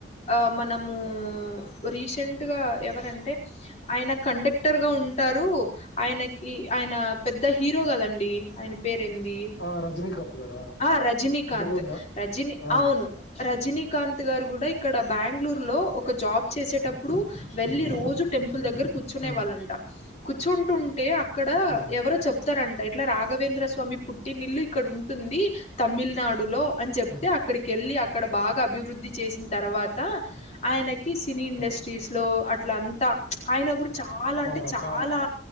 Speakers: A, on the left; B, on the left.
A: ఆ మనము రీసెంట్గా ఎవరంటే ఆయన కండక్టర్ గా ఉంటరు ఆయనకి ఆయన పెద్ద హీరో కదండి ఆయన పేరు ఏంది
B: ఆ! రజనీకాంత్ గారా
A: ఆ రజనీకాంత్
B: తెలుగునా
A: రజిని
B: ఆ
A: అవును రజిని కాంత్ గారు కూడా ఇక్కడ బెంగళూరు లో ఒక జాబ్ చేసేటప్పుడు వెళ్ళి రోజు టెంపుల్ దగ్గర కూర్చునే
B: ఆ
A: వాళ్ళంట కూర్చుంటుంటే అక్కడ
B: ఆ
A: ఎవరో చెప్ అంట ఇట్లా రాఘవేంద్ర స్వామి పుట్టినిల్లు ఇక్కడ ఉన్ తుంది తమిళనాడులో అని చెప్తే
B: ఆ
A: అక్కడికి వెళ్ళి అ అక్కడ బాగా అభివృద్ధి చేసిన తర్వాత ఆయనక్ సినీ ఇండస్ట్రీస్
B: ఆ
A: లో అట్ల అంతా ఆయన గురించి చాలా అంటే
B: ఆ
A: చాలా
B: చా